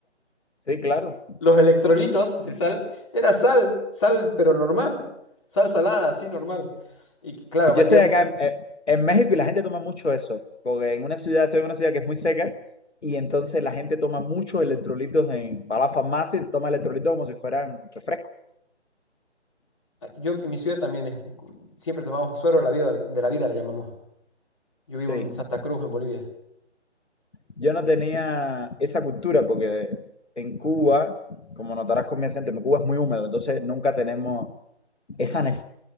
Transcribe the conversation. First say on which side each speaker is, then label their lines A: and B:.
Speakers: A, on the left (about 75°); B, on the left (about 25°).
A: Sí, claro.
B: Los electrolitos de sal era sal, sal pero normal, sal salada, así normal. Y claro,
A: Yo
B: valía.
A: estoy acá en, eh, en México y la gente toma mucho eso. Porque en una ciudad, estoy en una ciudad que es muy seca. Y entonces la gente toma muchos electrolitos en, va a la farmacia y toma electrolitos como si fueran refresco
B: Yo en mi ciudad también es- siempre tomamos suero de la vida, de la vida le llamamos. Yo vivo
A: Sí.
B: en Santa Cruz, en Bolivia.
A: yo no tenía esa cultura porque en Cuba, como notarás con mi acento, en Cuba es muy húmedo, entonces nunca tenemos esa